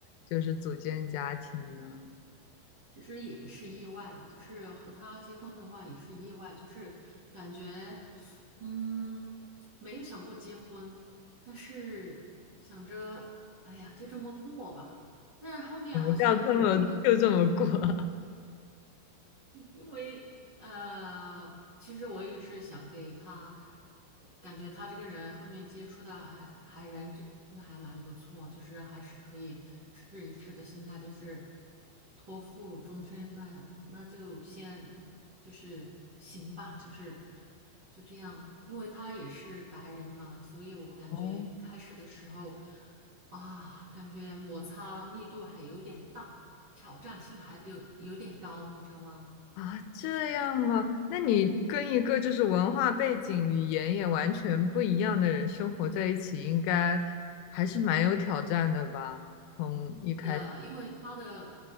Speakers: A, on the left; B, on the right.
A: 就是组建家庭呢？
B: 其实也是意外，就是和他结婚的话也是意外，就是感觉，嗯，没有想过结婚，但是想着，哎呀，就这么过吧。但是后面好像慢慢
A: 你们叫这么就这么过啊
B: 因为呃，其实我也是想给他，感觉他这个人后面接触的还还人真的还蛮不错，就是还是可以试一试的心态，就是托付终身，那那就先就是行吧，就是就这样，因为他也是白人嘛，所以我感觉开始的时候
A: 哦，
B: 啊，感觉摩擦力度还有点大，挑战性还有有点高，你知道吗？
A: 啊，这样吗？那你跟一个就是文化背景、语言也完全不一样的人生活在一起，应该还是蛮有挑战的吧？从一开始，
B: 的，因为他的